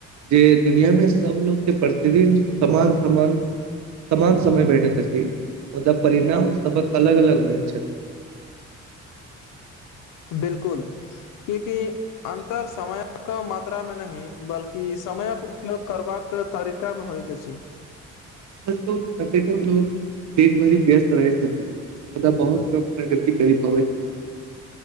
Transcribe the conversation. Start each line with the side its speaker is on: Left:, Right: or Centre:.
Right: जे दुनिया में सबलोग के प्रतिदिन समान समान। समान समय भेटैत अछि मुदा परिणाम सबक अलग-अलग होइत छल।
Left: बिलकुल क्याकि। अन्तर समयक मात्रा मे नहि बल्कि समयक उपयोग करबाक तरी का मे होइत अछि
Right: सच कहु तऽ कतेको लोक देभरि व्यस्त रहै छथि मुदा बहुत कम प्रगति करि पाबै छै